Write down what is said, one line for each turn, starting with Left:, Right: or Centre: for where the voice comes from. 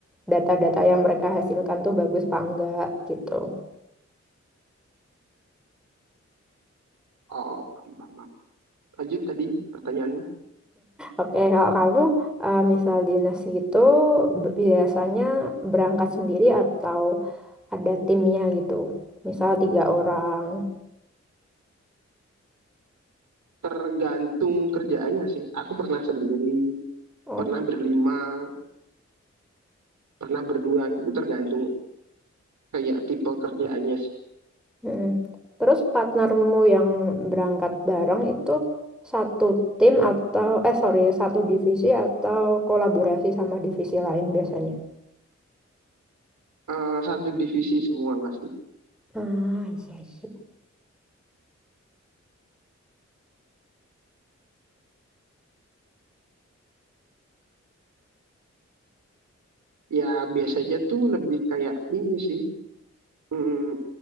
Centre: data-data yang mereka hasilkan tuh bagus apa enggak gitu
Right: oh paham paham paham. lanjut tadi pertanyaanmu
Centre: oke kalau kamu eh, misal dinas gitu b- biasanya berangkat sendiri atau ada timnya gitu misal tiga orang
Right: Tergantung kerjaannya sih. Aku pernah sendiri,
Centre: oh
Right: pernah berlima pernah berdua gitu tergantung kayak tipe kerjaannya sih
Centre: mm-mm. terus partnermu yang berangkat bareng itu satu tim atau eh sorry satu divisi atau kolaborasi sama divisi lain biasanya
Right: Eh, satu divisi semua pasti
Centre: Ah, iya, sih,
Right: ya biasanya tuh lebih kayak ini sih hmm,